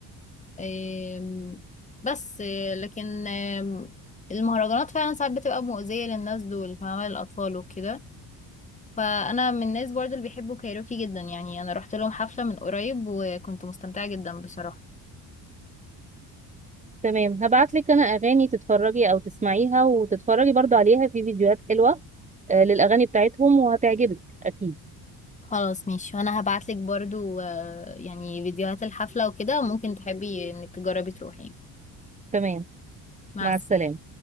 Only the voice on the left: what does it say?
آم، بس آه، لكن آم، المهرجانات فعلا ساعات بتبقى مؤذية للناس دول فاهمة للأطفال وكده فأنا من الناس برضو اللي بيحبوا كايروكي جدا يعني أنا رحت لهم حفلة من قريب وكنت مستمتعة جدا بصراحة
خلاص ماشي وأنا هبعتلك برضو آه، يعني فيديوهات الحفلة وكده ممكن تحبي إنك تجربي تروحي
مع
السلامة